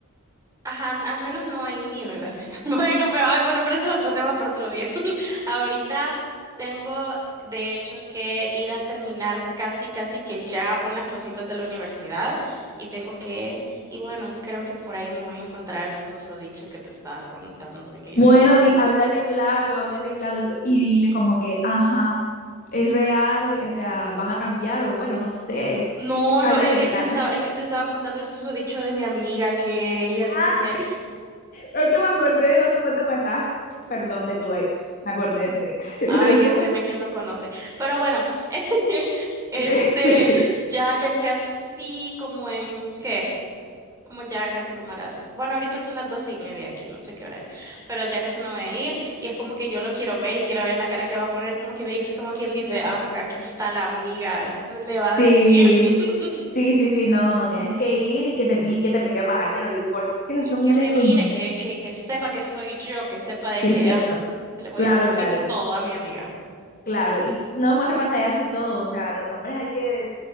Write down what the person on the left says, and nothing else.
Bueno,
di, háblale claro, háblale claro y dile como que, ajá, es real, o sea, vas a cambiar o bueno, no sé,
háblale
claro.
<laughs> Ah,
es que me acordé del otro cuento que me estabas, perdón, de tu ex, me acordé de tu ex, <laughs>
perdón.
<laughs>
Sí,
sí, sí, sí, no, no, no, tienes que ir y que te, mi- que te mire bajar, que no le importa, es que los
hombres,
uy, no,
que
sepa.
Claro,
claro,
claro, y no muestra pantallazo y todo, o sea, los hombres hay que,